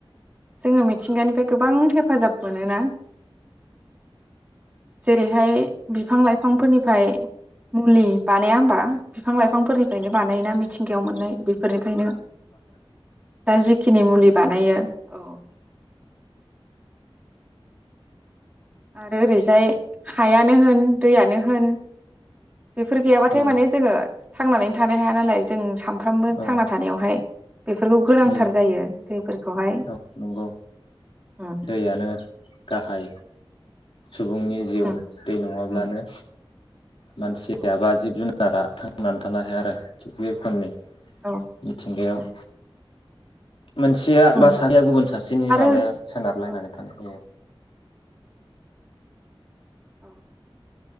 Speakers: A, on the right; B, on the left.
A: जोंङो मिथिंगानिफ्राय गोबां हेफाजाब मोनोना जेरैहाय बिफां लाइ फांफोरनिफ्राय मुलि बानाया होमबा बिफां लाइफांफोरनिफ्रायनो बानायोना मिथिंगायाव मोननाय बेफोर ओंखायनो दा जिखिनि मुलि बानायो। औ आरो ओरैजाय हायानो होन दैयानो होन बेफोर गैयाब्लाथाय
B: औ
A: माने जोंङो थांनानै थानो हाया नालाय जों साम फ्रामबो
B: औ
A: थांना थानायावहाय बेफोरखौ गोनांथार
B: उम
A: जायो दैफोरखौहाय
B: औ नंगौ
A: उम
B: दैयानो गाहाय सुबुंनि जिउ
A: उम
B: दै नङाब्लानो
A: उम
B: मानसिया
A: उम
B: बा जिब जुनारा थांनानै
A: औ
B: थानो हाया आरो। थिग बे रोखोमनि
A: औ
B: मिथिंगायाव
A: उम
B: मोनसेया
A: उम
B: बा सासेया गुबुन सासेनि
A: आरो
B: माबाया सोनारलायनानै
A: औ
B: थानाय जायो।
A: औ